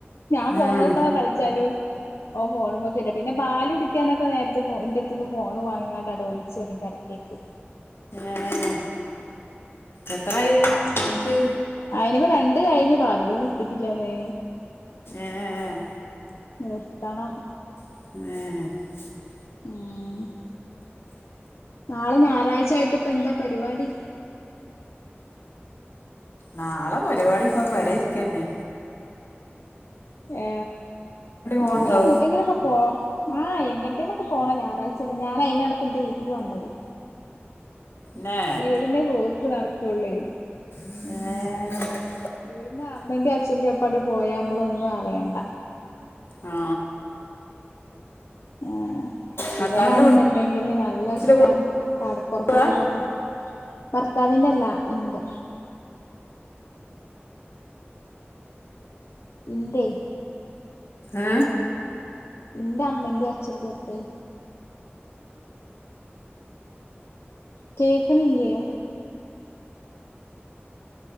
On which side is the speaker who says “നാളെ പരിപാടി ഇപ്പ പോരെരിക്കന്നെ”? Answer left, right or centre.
Left